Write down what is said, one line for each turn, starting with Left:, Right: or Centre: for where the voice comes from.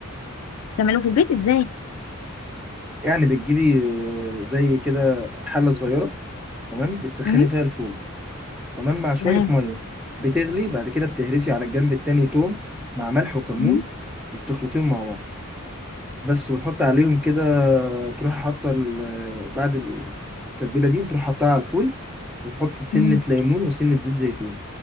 Left: بتعمله في البيت ازاي
Centre: يعني بتجيبي آه، زي كده حلة صغيرة تمام بتسخني
Left: إمم.
Centre: فيها الفول تمام مع شوية
Left: تمام
Centre: مية بتغلي بعد كده بتهرسي على الجنب التاني توم مع ملح وكمون
Left: مم،
Centre: وبتخلطيهم مع بعض بس وتحط عليهم كده تروح حاطة ال- بعد التتبيلة دي بتروح حاطها على الفول وتحط سنة
Left: مم،
Centre: ليمون وسنة زيت زيتون